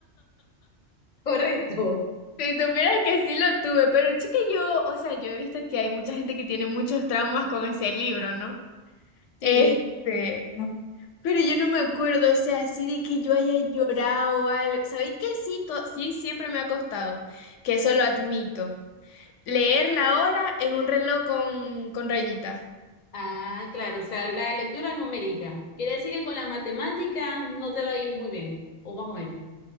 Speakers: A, on the left; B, on the left.
A: <laughs> Correcto.
B: Si supieras que sí lo tuve, pero chica, yo, o sea, yo he visto que hay mucha gente que tiene muchos traumas con ese libro, ¿no?
A: Sí,
B: Este, pero yo no me acuerdo, o sea, así de que yo haya llorado o algo. ¿Sabéis que sí? to- sí, siempre me ha costado, que eso lo admito. Leer la hora en un reloj con, con rayita.
A: ah, claro, o sea, la lectura numérica. Quiere decir que con la matemática no te va a ir muy bien, o más o menos.